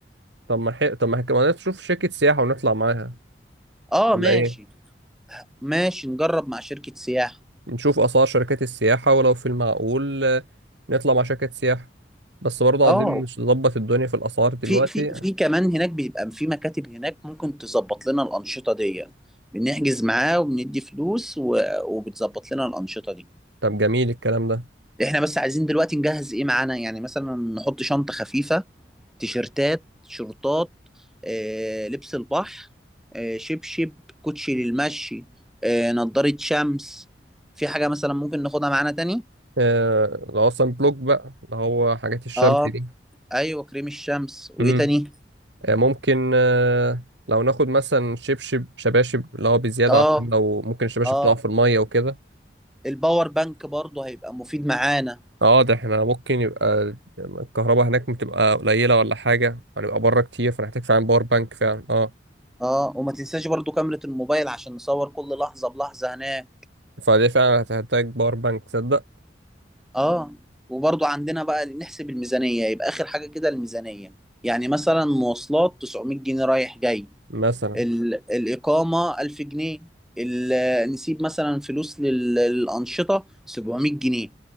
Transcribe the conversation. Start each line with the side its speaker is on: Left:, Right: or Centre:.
Right: طب ما حي... طب ما كمان نشوف شركة سياحة ونطلع معاها
Centre: اه
Right: ولا
Centre: ماشي
Right: إيه؟
Centre: ماشي نجرب مع شركة سياحة
Right: نشوف أسعار شركات السياحة ولو في المعقول آه، نطلع مع شركة سياحة بس برضه
Centre: اه
Right: عايزين نظبط الدنيا في الأسعار دلوقتي
Centre: في في
Right: يعني.
Centre: في كمان هناك بيبقى في مكاتب هناك ممكن تظبط لنا الأنشطة دي بنحجز معاه وبندي فلوس و... وبتظبط لنا الأنشطة دي
Right: طب جميل الكلام ده
Centre: احنا بس عايزين دلوقتي نجهز ايه معانا يعني مثلا نحط شنطة خفيفة تيشرتات شورتات آه، لبس البحر آه، شبشب كوتشي للمشي آه، نضارة شمس في حاجة مثلا ممكن ناخدها معانا تاني
Right: آه... لو أصلا بلوك بقى اللي هو حاجات الشمس
Centre: اه
Right: دي
Centre: ايوه كريم الشمس وايه
Right: مم.
Centre: تاني
Right: آه، ممكن آه، لو ناخد مثلا شبشب شباشب اللي هو بزيادة
Centre: اه
Right: عشان لو ممكن الشباشب
Centre: اه
Right: تقع في المية وكده
Centre: الباور بانك برضه هيبقى مفيد معانا
Right: اه ده احنا ممكن يبقى الكهرباء هناك بتبقى قليلة ولا حاجة هنبقى بره كتير فنحتاج فعلا باور بانك فعلا اه
Centre: اه وما تنساش برضه كاميرا الموبايل عشان نصور كل لحظة بلحظة هناك
Right: فدي فعلا هتحتاج باور بانك تصدق
Centre: اه وبرضو عندنا بقى نحسب الميزانية يبقى آخر حاجة كده الميزانية يعني مثلا مواصلات 900 جنيه رايح جاي
Right: مثلا
Centre: ال... الإقامة 1000 جنيه ال... نسيب مثلا فلوس لل... للأنشطة 700 جنيه